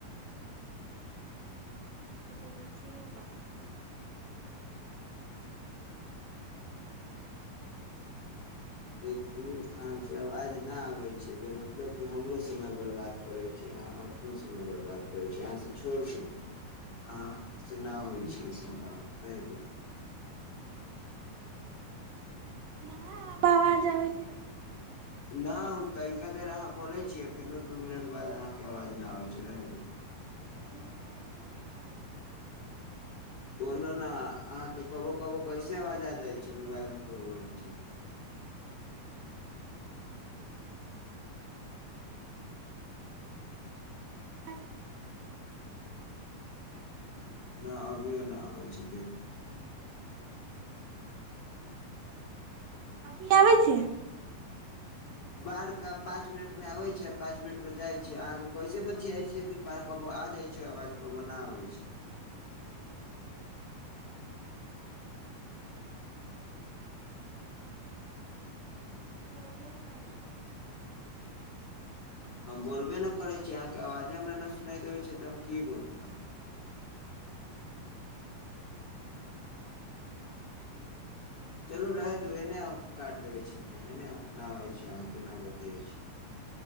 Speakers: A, on the right; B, on the left.
A: कि बजै छी रउआ
B: देखू अहाँके आवाज न आबे छै बेमतलब के हमरो समय बर्बाद करै छी कि अहाँ अपनो समय बर्बाद करै छी अहाँसँ छोड़ि दू अहाँ से नहि होइ छै सुनका रहै दू
A: न हमर आबाज आबै छै रउआ बोलू न
B: नहि ओ तऽ क देर अहाँ बोलै छियै फेरो दू मिनट बाद अहाँके आवाज नहि होइ छै रहैदू
A: ई मोबालमे कब
B: कोनो ने अहाँके कबहु कबहु कैसे आबाज आ जाइ छै मोबाइलमे प्रॉब्लम छै तऽ
A: आ <unintelligible>
B: नहि अभियओ नहि आबै छै देख लीछ
A: अभी आबै छै
B: बाढ़ के पाँच मिनट मे आबै छै पाँंच मिनट मे जाइ छै अहाँके कैसे बचिया छै की बाढ़ क आ जाइ छै आवाज काबो ना आबै छै
A: राउरे अबाज ना आबे छै
B: हम बोलबे ना करै छी अहाँके आवाजे हमरा नहि सुनाय दे होै छै तऽ हम की बोलू अहाँ चलू रहै दु एन्ने आउ काटि देबै छी फोन एन्नऽ आउ नहि होइ छै अहाँसँना बतआइत छै